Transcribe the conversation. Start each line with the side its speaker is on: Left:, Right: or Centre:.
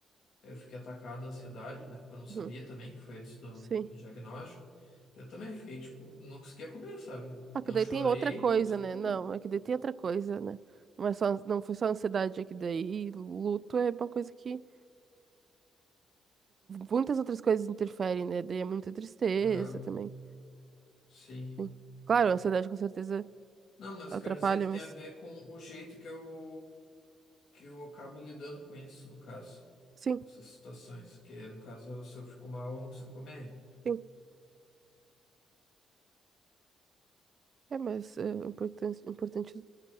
Left: eu fiquei atacado da ansiedade, né? Porque eu não sabia
Right: Uhum.
Left: também, que foi antes do,
Right: Sim.
Left: do diagnóstico. Eu também fiquei, tipo, não conseguia comer, sabe?
Right: Ah,
Left: Não
Right: que daí
Left: chorei,
Right: tem outra coisa,
Left: não conseguia
Right: né?
Left: comer.
Right: Não, é que daí tem outra coisa, né? Não é só, não foi só ansiedade, é que daí luto é uma coisa que muitas outras coisas interferem, né? Daí é muita tristeza
Left: Aham,
Right: também.
Left: sim.
Right: Sim. Claro, a ansiedade com certeza
Left: Não, mas
Right: atrapalha,
Left: eu quero dizer que tem
Right: mas
Left: a ver com o jeito que eu que eu acabo lidando com isso, no caso,
Right: sim,
Left: essas situações, que no caso, se eu fico mal, eu não consigo comer.
Right: sim. É, mas é importante, importante